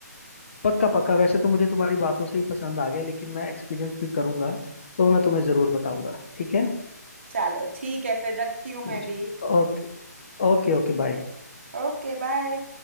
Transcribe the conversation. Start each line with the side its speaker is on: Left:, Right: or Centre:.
Left: पक्का पक्का वैसे तो मुझे तुम्हारी बातों से ही पसंद आ गया लेकिन मैं एक्सपीरियंस भी करूंगा तो मैं तुम्हें जरूर बताऊंगा ठीक है
Right: चलो ठीक है फिर रखती हूँ मैं
Left: जी
Right: भी
Left: ओके Okay okay bye
Right: Okay bye